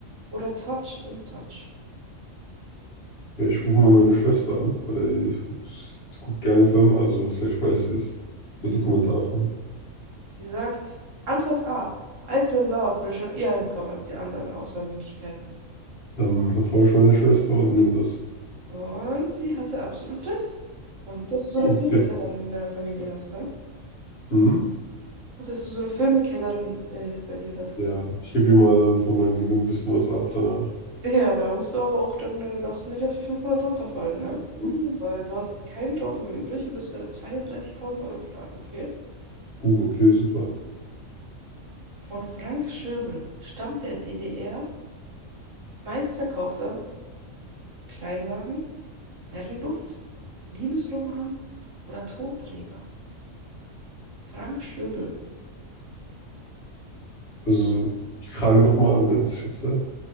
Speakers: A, on the right; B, on the left.
A: oder Touch and Touch?
B: Ja, ich rufe mal meine Schwester an, weil ich, ich gucke gerne Filme, also vielleicht weiß sie es.
A: Mhm.
B: So Dokumentarfilme.
A: Sie sagt, Antwort A. I Fell in Love würde schon eher hinkommen als die anderen Auswahlmöglichkeiten.
B: Dann vertraue ich meiner Schwester und nehme das.
A: Und sie hatte absolut recht. War gut, dass du so
B: Puh,
A: eine Filmekennerin
B: okay.
A: in deiner Familie hast, hä?
B: Mhm.
A: Gut, dass du so eine Filmekennerin äh, bei dir hast.
B: Ja, ich gebe ihr mal dann von meinem Gewinn ein bisschen was ab danach. <laughs>
A: Ja, da musst du aber auch dann, äh, darfst du nicht auf die 500 runterfallen, ne?
B: Mhm.
A: Weil du hast keinen Joker mehr übrig und bist bei der zweiunddreißigtausend Euro Frage, okay?
B: Uh, okay, super.
A: Von Frank Schöbel stammt der DDR meistverkaufter Kleinwagen, Herrenduft, Liebesroman oder Tonträger? Frank Schöbel.
B: Also, ich frage nochmal, um ganz sicher zu sein.